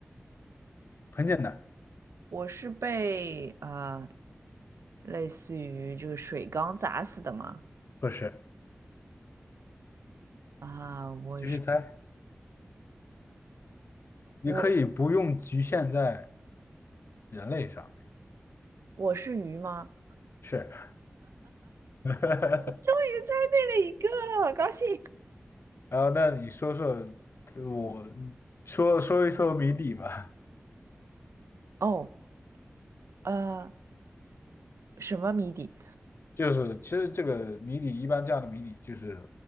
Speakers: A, on the left (about 60°); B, on the right (about 80°).
A: 很简单，
B: 我是被啊、呃类似于这个水缸砸死的吗？
A: 不是？
B: 啊、我是
A: 继续猜，你可以不用局限在
B: 我
A: 人类上，
B: 我是鱼吗？
A: 是。<laughs>
B: 终于猜对了一个，好高兴！
A: 然后，那你说说，我说说一说谜底吧。
B: 哦，呃，什么谜底？
A: 就是其实这个谜底一般这样的谜底就是